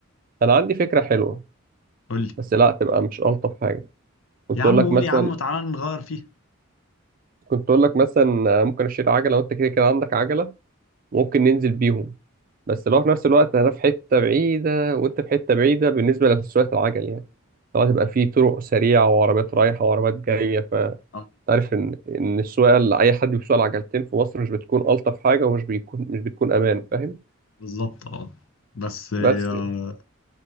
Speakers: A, on the right (about 40°); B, on the left (about 65°).
A: انا عندي فكرة حلوة
B: قول لي
A: بس لا تبقى مش ألطف حاجة كنت
B: يا عم
A: اقول لك
B: قول
A: مثلا
B: يا عم وتعالى نغير فيها
A: كنت اقول لك مثلا ممكن اشيل عجلة وانت كده كده عندك عجلة ممكن ننزل بيهم بس لو في نفس الوقت انا في حتة بعيدة وانت في حتة بعيدة بالنسبة لسواقة العجل يعني لو هتبقى في طرق سريعة وعربيات رايحة وعربيات جاية
B: آه،
A: تعرف ان ان السواقه اللي اي حد بيسوق العجلتين في مصر مش بتكون الطف حاجه ومش بيكون مش بتكون امان فاهم
B: بالظبط اه بس آه،
A: بس يعني.